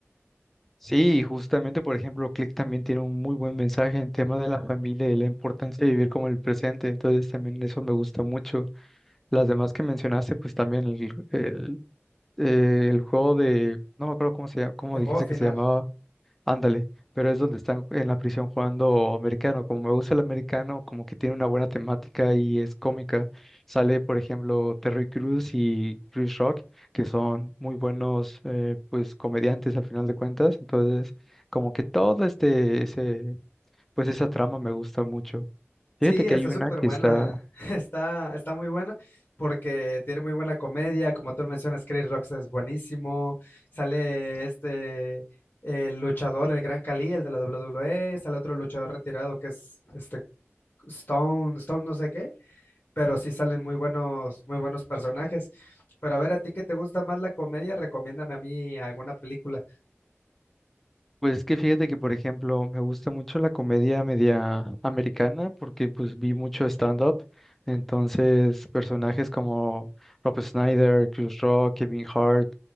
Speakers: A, in the centre; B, on the left (about 50°).
A: Sí, justamente, por ejemplo, Click también tiene un muy buen mensaje en tema de la familia y la importancia de vivir como el presente. Entonces, también eso me gusta mucho. Las demás que mencionaste, pues también el, el eh, el juego de, no me acuerdo cómo se llama, cómo
B: El
A: dijiste
B: juego final.
A: que se llamaba, ándale, pero es donde están en la prisión jugando americano. Como me gusta el americano, como que tiene una buena temática y es cómica. Sale, por ejemplo, Terry Crews y Chris Rock, que son muy buenos, eh, pues, comediantes al final de cuentas. Entonces, como que todo este, ese, pues, esa trama me gusta mucho. Fíjate
B: Sí,
A: que
B: está
A: hay una
B: súper
A: que
B: buena.
A: está,
B: <laughs> Está, está muy buena porque tiene muy buena comedia. Como tú lo mencionas, Chris Rock es buenísimo. Sale este, el luchador, el Gran Khali, el de la WWE. Sale otro luchador retirado que es este Stone, Stone no sé qué. Pero sí salen muy buenos, muy buenos personajes. Pero a ver, a ti que te gusta más la comedia, recomiéndame a mí alguna película.
A: Pues es que fíjate que, por ejemplo, me gusta mucho la comedia media americana porque pues vi mucho stand-up. Entonces, personajes como Rob Schneider, Chris Rock, Kevin Hart,